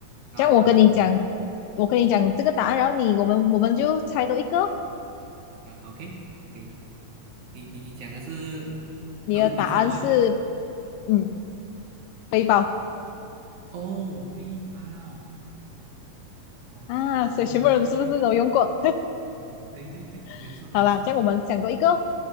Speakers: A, on the right (about 60°); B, on the left (about 80°).
A: 啊。
B: 这样我跟你讲，
A: 好的，好的，
B: 我跟你讲这个答案，然后你我们我们就猜多一个哦
A: 啊，OK，可以。你你你讲的是
B: 你的答案是
A: 的物品是什么诶
B: 嗯背包
A: 哦，背包，哦，
B: 啊，
A: 男女都会用，
B: 所以全部人是不是都用过？
A: 对对对。嗯，对对对，没有错没有错，
B: <laughs> 好啦，这样我们想多一个哦